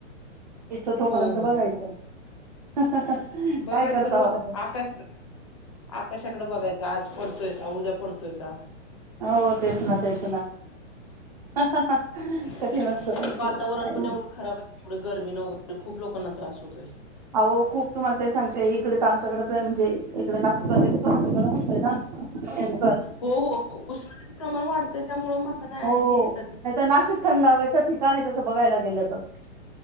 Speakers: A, on the right; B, on the left.
A: इथं तोपर्यंत
B: हो हो
A: बघायचं.
B: हो
A: काय
B: बघायचं
A: करता
B: रोज
A: आता
B: आकाश- आकाश त्याच्याकडं बघायचं आज पडतोय का उद्या पडतोय का.
A: हो तेच ना तेच ना. <inaudible>
B: <inaudible>
A: असतं ताई खूप
B: वातावरण
A: काय
B: पण
A: नाही
B: एवढं खराब आहे. एवढं गर्मीन वगैरे खूप लोकांना त्रास होतोय.
A: अहो खूप तुम्हाला ते सांगते इकडे तर आमच्याकडे- म्हणजे इकडे <inaudible> नाशिकला म्हणजे इतकं गरम होतंय ना. भयंकर
B: हो- हो उष्णतेचे प्रमाण वाढत त्यामुळे माणसांनाहे
A: हो
B: येतात
A: नाही तर नाशिक थंड हवेच ठिकाण तसं बघायला गेलं तर.